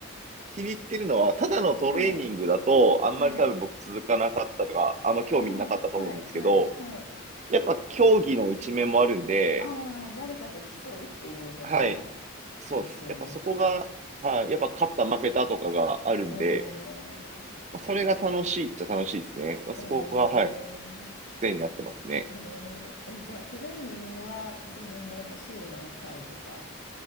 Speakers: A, on the right; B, on the left.
A: 気に入ってるのは、ただのトレーニングだと、
B: はい、
A: あんまり多分僕続かなかったとか、
B: はい。
A: あんま興味なかったと思うんですけど、
B: ああ、はい、はい、はい。
A: やっぱ競技の一面もあるんで、
B: ああ、誰かと競うっていうのが
A: はい、そうです。
B: 楽しいんですか
A: やっぱそこが、はい、やっぱ勝った負けたとかがあるんで、
B: えー
A: それが楽しいっちゃ楽しいですね。そこが、
B: えー、
A: はい、常にやってますね。
B: えー、え、じゃあトレーニングはどのぐらい週何回とか